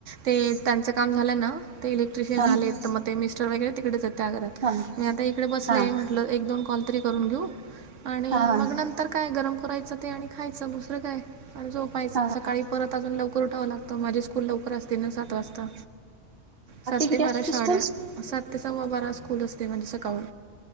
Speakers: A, on the right; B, on the right.
A: ते त्यांचं काम झाल्या ना ते इलेक्ट्रिशियन
B: हा
A: आले म मिस्टर वगैरे तिकडेच य आगरात
B: हा
A: मी आता इकडे बसले
B: हा
A: म्हटलं एक दोन कॉल तरी करून घेऊ आणि
B: हा हा
A: मग नंतर काय गरम करायचं ते आणि खायचं दुसरं काय पायच
B: हा
A: सकाळी परत अजून लवकर उठावं लागतं माझी स्कूल लवकर असते ना सात वाजता सात
B: किती
A: ते बारा
B: असते
A: शाळा
B: स्कूल
A: सात ते सव्वा बारा स्कूल असते म्हणजे सकाळ